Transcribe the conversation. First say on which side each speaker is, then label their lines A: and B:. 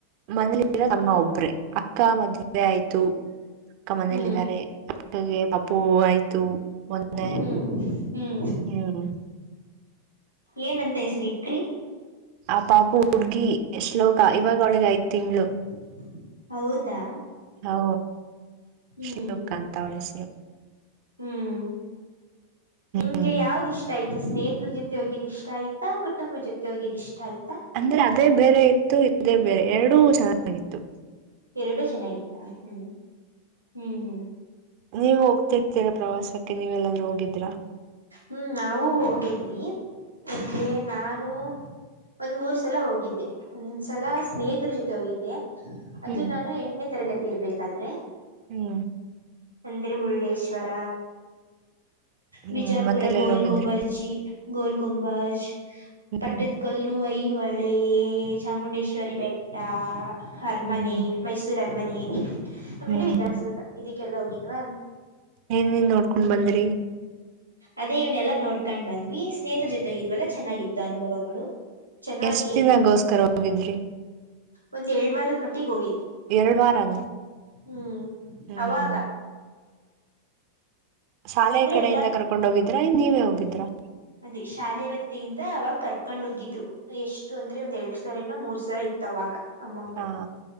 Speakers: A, on the right; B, on the right.
A: ಮನೇಲಿರೋದು ಅಮ್ಮ ಒಬ್ರೆ ಅಕ್ಕ ಮದುವೆ ಆಯ್ತು ಅಕ್ಕ ಮನೇಲಿ
B: ಹ್ಮ್
A: ಇದಾರೆ ಅಕ್ಕಗೆ ಪಾಪು ಆಯ್ತು ಮೊನ್ನೆ
B: ಹ್ಮ್ ಹ್ಮ್
A: ಹ್ಮ್
B: ಏನಂತ ಹೆಸರಿ ಇಟ್ರಿ
A: ಆ ಪಾಪು ಹುಡ್ಗಿ ಶ್ಲೋಕ ಇವಾಗ ಅವ್ಳ್ಗೆ ಐದು ತಿಂಗಳು
B: <inaudible> ಹೌದಾ
A: ಹ
B: ಹ್ಮ್
A: ಶ್ಲೋಕ ಅಂತ ಅವಳ ಹೆಸರು
B: ಹ್ಮ್ ನಿಮ್ಗೆ
A: ಹ್ಮ್
B: ಯಾವ್ದಿಷ್ಟ ಇಷ್ಟ ಆಯ್ತು ಸ್ನೇಹಿತರ ಜೊತೆ ಹೋಗಿದ್ ಇಷ್ಟ ಆಯ್ತಾ ಕುಟುಂಬದ ಜೊತೆ ಹೋಗಿದ್ ಇಷ್ಟ ಆಯ್ತಾ?
A: ಅಂದ್ರೆ ಅದೇ ಬೇರೆ ಇತ್ತು ಇದೇ ಬೇರೆ ಎರಡೂ ಚೆನ್ನಾಗಿತ್ತು
B: ಎರಡುಚೆನ್ನಾಗಿತ್ತ ಹ್ಮ್ ಹ್ಮ್ ಹ್ಮ್
A: ನೀವ ಹೋಗ್ತಿರ್ತೀರಾ ಪ್ರವಾಸಕ್ಕೆ ನೀವಲ್ಲಾದ್ರೂ ಹೋಗಿದ್ರ?
B: ಹ್ಮ್ ನಾವು ಹೋಗಿದ್ವಿ ಅಂದ್ರೆ ನಾನು ಒಂದ್ ಮೂರ್ ಸಲ ಹೋಗಿದ್ದೆ ಒಂದ್ ಸಲ ಸ್ನೇಹಿತರ ಜೊತೆ ಹೋಗಿದ್ದೆ ಅದು
A: ಹ್ಮ್
B: ನಾನು ಎಂಟನೇ ತರಗತಿ ಇರ್ಬೇಕಾದ್ರೆ
A: ಹ್ಮ್
B: ಅಂದ್ರೆ ಮುರುಡೇಶ್ವರ
A: ಹ್ಮ್
B: ಬಿಜಾಪುರ
A: ಮತ್ತೆಲ್ಲೆಲ್ಲಿ
B: ಗೋಲ್ಗುಂಬಸ್
A: ಹೋಗಿದ್ರಿ
B: <unintelligible> ಗೋಲ್ ಗುಂಬಾಜ್ ಪಟ್ಟದ
A: ಹ್ಮ್
B: ಕಲ್ಲು ಐಹೊಳೆ ಹೊಳೆ ಚಾಮುಂಡೇಶ್ವರಿ ಬೆಟ್ಟ ಅರಮನೆ
A: ಹ್ಮ್
B: ಮೈಸೂರ್ ಅರ್ಮನೆ ಆಮೇಲೆ
A: ಹ್ಮ್
B: ವಿಧಾನಸೌಧ ಇದಕ್ಕೆಲ್ಲ ಹೋಗಿದ್ವಾ
A: ಏನೆನ್ ನೋಡ್ಕೊಂಡ್ ಬಂದ್ರರಿ
B: ಅದೇ ಇವ್ನೆಲ್ಲಾ ನೋಡ್ಕೊಂಡ್ ಬಂದ್ವಿ ಸ್ನೇಹಿತರ ಜೊತೆೋಗಿದ್ವಲ್ಲ ಚೆನ್ನಾಗಿತ್ತು ಅನುಭವಗಳು ಚೆನ್ನಾಗಿ
A: ಎಷ್ಟ ದಿನಗೋಸ್ಕರ ಹೋಗಿದ್ರಿ?
B: ಒಂದ್ ಎರ್ಡ್ ವಾರದ ಮಟ್ಟಿಗೆ ಹೋಗಿದ್ವಿ
A: ಎರಡ್ ವಾರನ
B: ಹ್ಮ್
A: ಹ್ಮ್
B: ಅವಾಗ
A: ಶಾಲೆಯ
B: ಅಂದ್ರೆ
A: ಕಡೆಯಿಂದ
B: ಎಲ್ಲಾ
A: ಕರ್ಕೊಂಡ್ ಹೋಗಿದ್ರಾ ನೀವೇ ಹೋಗಿದ್ರಾ?
B: ಅದೇ ಶಾಲೆ ವತ್ತಿಯಿಂದ ಅವಾಗ ಕರ್ಕೊಂಡ್ ಹೋಗಿದ್ರು ಎಷ್ಟು ಅಂದ್ರೆ ಒಂದ ಎರಡ್ ಸಾವರ ಏನೂ ಮೂರ್ ಸಾವಿರ ಇತ್ತು ಅವಾಗ ಅಮೌಂಟ್.
A: ಹಾ